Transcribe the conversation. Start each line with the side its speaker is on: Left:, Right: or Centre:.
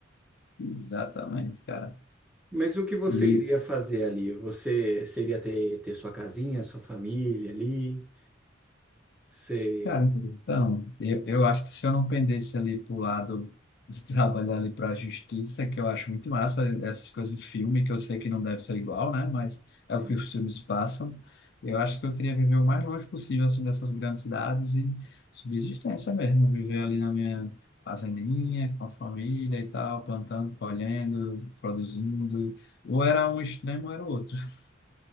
Left: Exatamente, cara.
Centre: Mas o que você
Left: E,
Centre: iria fazer ali? Você seria ter, ter sua casinha, sua família ali? Você...
Left: Cara, então, eu, eu acho que se eu não pendesse ali pro lado de <laughs> trabalhar ali para a justiça, que eu acho muito massa, essas coisas de filme, que eu sei que não deve ser igual, né? Mas é
Centre: Sim,
Left: o que os filmes passam. Eu acho que eu queria viver o mais longe possível, assim, dessas grandes cidades e subsistência mesmo, viver ali na minha fazendinha, com a família e tal, plantando, colhendo, produzindo. Ou era um extremo ou era o outro. <laughs>